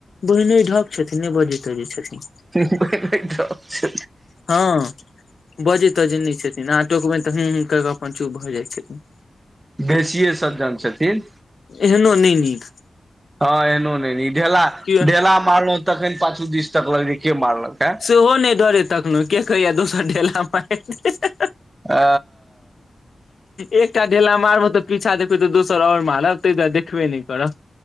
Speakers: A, on the left (about 70°); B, on the right (about 25°).
A: बहिनोइ ढक छथिन नहि बजई तजीइ छथिन।
B: त <inaudible> <unintelligible>
A: हँ। बजै तजै नहि छथिन आहा टोकबैन त हू हुँ क क अपन चुप भ जाइत छथिन।
B: बेसियए सज्जन छथिन।
A: एहनो नै नीक।
B: हँ एनो नहि न ढेला
A: कियो
B: ढेला मारलो तखन पाछू दीस तक लग के मारलक ह
A: सेहो नहि डरे तक्लौ के कहैया दोसर ढेला मैर देत।
B: आ।
A: एकटा ढेला मारबह तऽ पीछा देखब तऽ दोसर ओर मारब ताहि दुआरे देखबे नहि करब